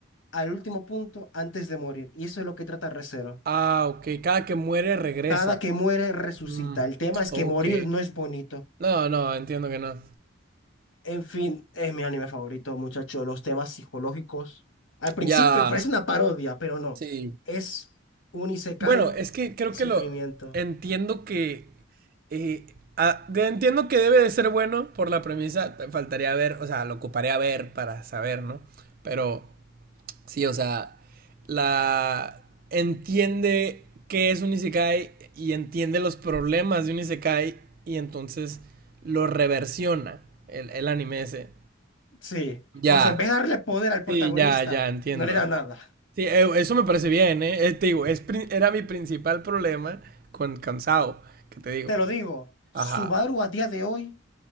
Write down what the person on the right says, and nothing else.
Ah, ok, cada que muere regresa.
Mm,
ok.
No, no, entiendo que no.
Ya,
sí.
Bueno, es que creo
que
lo entiendo que eh, a- de- entiendo que debe de ser bueno por la premisa, te- faltaría ver, o sea, lo ocuparé a ver para saber, ¿no? Pero sí, o sea, la entiende qué es un isekai y entiende los problemas de un isekai y entonces lo reversiona el, el anime ese.
Ya,
sí, ya, ya entiendo.
Sí, eh, eso me parece bien, ¿eh? Eh, Te digo, es, pri- era mi principal problema con cansado, que te digo.
Ajá.